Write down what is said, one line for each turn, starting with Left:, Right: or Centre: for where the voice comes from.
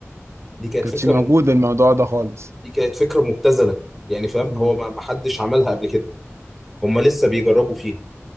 Centre: دي كانت
Right: كانتش
Centre: فكره
Right: موجود الموضوع ده خالص
Centre: دي كانت فكرة مبتذلة يعني فاهم
Right: مم.
Centre: هو ما ما حدش عملها قبل كده هم لسه بيجربوا فيها